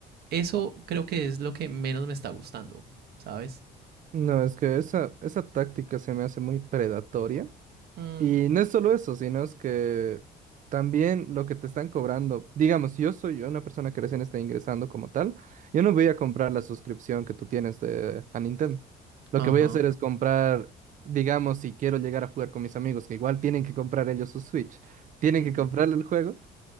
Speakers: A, on the right; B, on the right.
A: Eso creo que es lo que menos me está gustando, ¿sabes?
B: No, es que esa, esa táctica se me hace muy predatoria.
A: Mm,
B: Y no es solo eso, sino es que también lo que te están cobrando, digamos, yo soy una persona que recién está ingresando como tal, yo no voy a comprar la suscripción que tú tienes de, a Nintendo. Lo
A: ajá.
B: que voy a hacer es comprar, digamos, si quiero llegar a jugar con mis amigos, que igual tienen que comprar ellos su Switch, tienen
A: ujú,
B: que comprarle el juego,